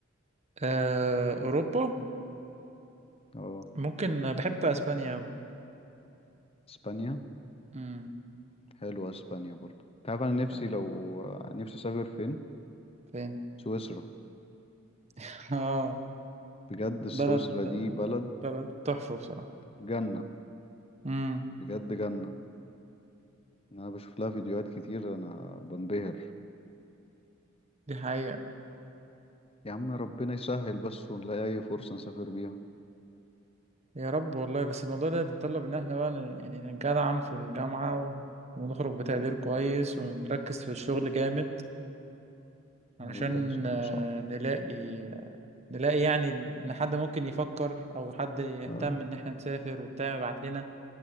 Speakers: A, on the right; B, on the left.
A: أه... اوروبا
B: أه
A: ممكن بحب اسبانيا قوي
B: إسبانيا
A: امم
B: حلوة إسبانيا برضه أنت عارف أنا نفسي
A: أنا بحب
B: لو آه، نفسي أسافر فين
A: فين
B: سويسرا
A: <laughs> اه
B: بجد
A: بلد
B: سويسرا دي بلد
A: بلد تحفه بصراحه
B: جنة
A: امم
B: بجد جنة يعني انا بشوف لها فيديوهات كتير انا بنبهر
A: دي حقيقه
B: يا عم ربنا يسهل بس ونلاقي اي فرصة نسافر بيها
A: يا رب والله بس الموضوع ده يتطلب ان احنا بقى ن- يعني نجدعن في الجامعه و... ونخرج بتقدير كويس ونركز في الشغل جامد علشان
B: هو لازم
A: آه،
B: صح
A: نلاقي نلاقي يعني ان حد ممكن يفكر او حد يهتم
B: اه
A: ان احنا نسافر وبتاع يبعت لنا